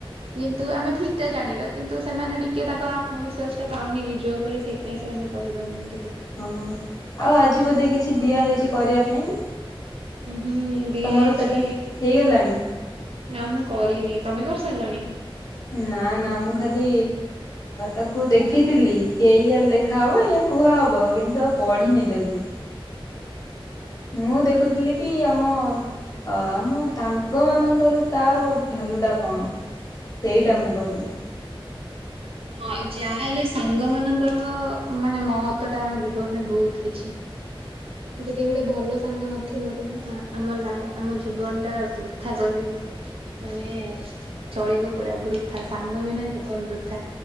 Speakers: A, on the right; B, on the left.
A: କିନ୍ତୁ ଆମେ ଠିକ୍ ଟା ଜାଣିବା। କିନ୍ତୁ ସେମାନେ ଟିକେ ତାଙ୍କ ମୋ ବିଶ୍ଵାସ ଟା ପାଉନି ନିଜ ଉପରେ ସେଥିପାଇଁ ସେମାନେ କହି ପାରୁନାହାନ୍ତି।
B: ହଁ ଆଉ ଆଜି ବୋଧେ କିଛି କିଛି ଦିଆ ହେଇଛି କରିବା ପାଇଁ।
A: ହୁଁ। ହୁଁ ଦିଆ
B: ତମର
A: ହେଇଛି।
B: ସେଟା ହେଇଗଲାଣି?
A: ନା ମୁଁ କରିନି ତମେ କରିସାରିଲଣି।
B: ନା ନା ମୁଁ ଖାଲି ତାକୁ ଦେଖିଥିଲି କି ଏଇଆ ଲେଖା ହବ ୟା କୁହାହବ। କିନ୍ତୁ ଆଉ ପଢିନି ତାକୁ। ମୁଁ ଦେଖୁଥିଲି। କି ଆମ ଆମ ସାଙ୍ଗ ମାନଙ୍କର ତାର ଭ୍ୟାଲୁ ଟା କଣ ସେଇଟା ମୁଁ କହିବି।
A: ହଁ ଯାହାହେଲେ ସାଙ୍ଗ ମାନଙ୍କର ମାନେ ମହତ୍ୱଟା ଆମ ଜୀବନରେ ବହୁତ କିଛି ଯଦି ଗୋଟେ ଭଲ ସାଙ୍ଗ ନଥିବ ତ ନା ଆମ ଲାଇ ଆମ ଜୀବନ ଟା ବୃଥା କହିଲେ ମାନେ ଚଳିବ ପୁରା। ବୃ ସାଙ୍ଗ ବିନା ଜୀବନ ବୃଥା।